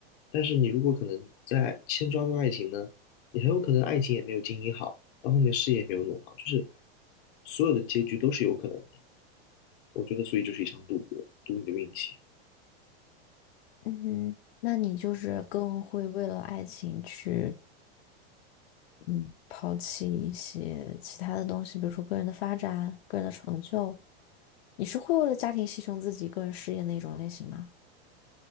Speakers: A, on the left; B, on the left.
A: 但是你如果可能在先抓住爱情呢，你很有可能爱情也没有经营好，到后面事业也没有弄好，就是所有的结局都是有可能的。我觉得，所以就是一场赌博，赌你的运气。
B: 嗯哼，那你就是更会为了爱情去。嗯，抛弃一些其他的东西，比如说个人的发展、个人的成就。你是会为了家庭牺牲自己个人事业那种类型吗？